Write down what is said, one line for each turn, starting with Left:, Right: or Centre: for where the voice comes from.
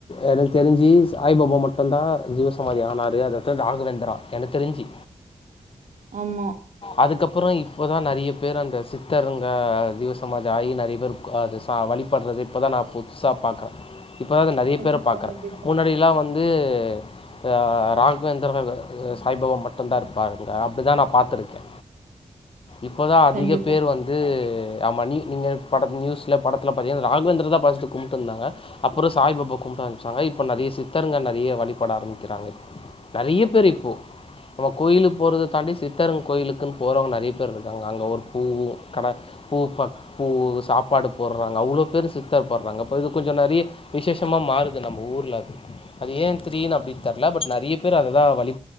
Left: எனக்கு தெரிஞ்சு சாய்ப்பா மட்டந்தா ஜீவசமாதி ஆனாரு அததா தாகவேந்துரா என தெரிஞ்சு
Right: ஆமா
Left: அதுக்கப்பறோ இப்பதா நறைய பேர் அந்த சித்தருங்க ஜீவசமாதி ஆயி நறைய பேர்க் அது சா வழி பண்றது இப்பதா நா புதுசா பாக்றே இப்ப தா இந்த நிறைய
Right: கண்டிப்பா,
Left: பேர பாக்கறே
Right: கண்டிப்பா,
Left: முன்னாடில்லா வந் து அ ராகவேந்துர பவ இ சாய்பவா மட்டுந்தா இருப்பாருங்க அப்டிதா நா பாத் துருக்கே இப்பதா அதிக
Right: கண்டிப்பா.
Left: பேர் வந் அது ஆமா நீ நீங்க பட நியூஸ்ல படத்துல பாத்தீங்கனா ராகவேந்திர தா ஃபஸ்ட்டு கும்ட்டு இருந்தாங்க அப்புற சாய் பாபா கும்ட ஆரம்பிச்சாங்க இப்ப நறைய சித்தர்ங்க நறைய வழிபட ஆரம்பிக்கிறாங்க நெறைய பேர் இப்போ நம்ம கோயிலுக் போறத தாண்டி சித் தரங் கோயிலுக்குன் போறவங்க நறைய பேர் இருக்காங்க அங்கே ஒரு பூவு கட பூ ப பூவு சாப்பாடு போட்றாங்க அவ்ளோ பேர் சித்தர் போட்றாங்க அப்போ இது கொஞ்ச நறைய விசேஷமா மாறுது நம்ம ஊர்ல அது அது ஏன் திரீன் அப்டி தெர்ல பட் நெறைய பேர் அததா வழி